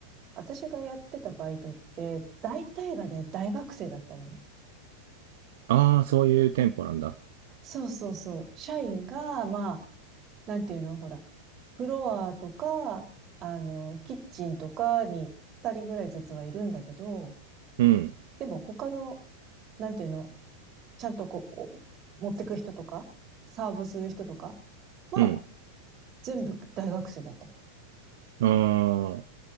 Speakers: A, on the right (about 30°); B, on the right (about 55°).
A: 私がやってたバイトって、大体がね、大学生だったのよ。
B: ああ、そういう店舗なんだ。
A: そうそうそう。社員が、まあ、なんていうの、ほら、フロアとか、あの、キッチンとかに二人ぐらいずつはいるんだけど、
B: うん、
A: でも他の、なんていうの、ちゃんとこう、お持ってく人とか、サーブする人とかは、
B: うん。
A: 全部大学生だったの。
B: ああ、